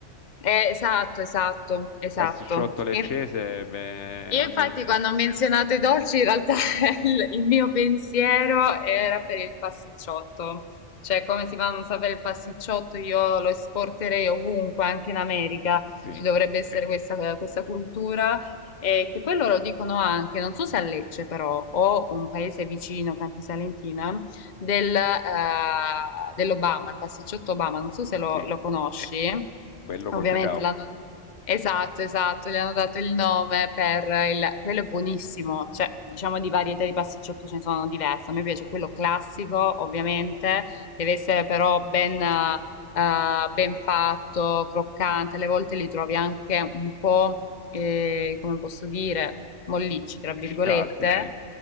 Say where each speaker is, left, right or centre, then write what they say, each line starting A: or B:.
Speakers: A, on the left; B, on the left.
A: eh, esatto, esatto, esatto.
B: Il pasticciotto leccese,
A: E-
B: beh,
A: Io
B: almeno
A: infatti quando ho menzionato i dolci, in realtà <laughs> il, il mio pensiero era per il pasticciotto. Cioè, come si fa a non sapere il pasticciotto? Io lo esporterei ovunque, anche in America.
B: sì,
A: Ci dovrebbe essere questa, questa cultura. eh, che poi loro dicono anche, non so se a Lecce però, o un paese vicino, Campi Salentina, del, eh, dell'Obama, il pasticciotto Obama, non so se lo,
B: sì.
A: lo conosci.
B: Quello
A: Ovviamente
B: col cacao.
A: l'hanno... Esatto, esatto, gli hanno dato il nome per il... quello è buonissimo, cioè diciamo di varietà di pasticciotto ce ne sono diverse, a me piace quello classico ovviamente, deve essere però ben, eh, ben fatto, croccante, alle volte li trovi anche un po', eh, come posso dire, mollicci, tra virgolette.
B: Scialbi, sì.